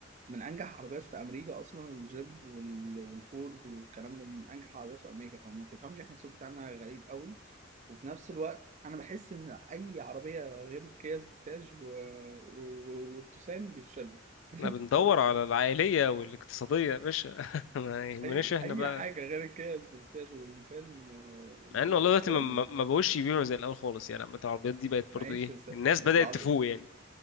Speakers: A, on the right; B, on the left.
A: من انجح عربيات في امريكا اصلا الجيب وال- والفورد والكلام ده من انجح عربيات في امريكا فما تفهمش احنا السوق بتاعنا غريب قوي وفي نفس الوقت انا بحس ان اي عربيه غير الكيا سبورتاج و... و... والتوسان بيفشلوا <laughs>
B: احنا بندور على العائليه والاقتصاديه يا باشا <laughs> ما يهمناش
A: اي
B: احنا
A: اي
B: بقى
A: حاجه غير الكيا سبورتاج والنيسان النيسان
B: مع ان والله
A: قشقاي
B: دلوقتي ما ما- ما بقوش يبيعوا زي الاول خالص يعني عامة العربيات دي بقت
A: ماشي
B: برضه ايه
A: بس
B: الناس بدات
A: بس العربيات
B: تفوق يعني